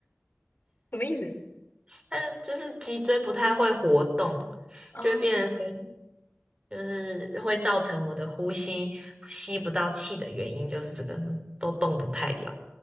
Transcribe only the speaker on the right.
但是就是脊椎不太会活动，
就会变成说就是会造成我的呼吸吸不到气的原因，就是这个都动不太了。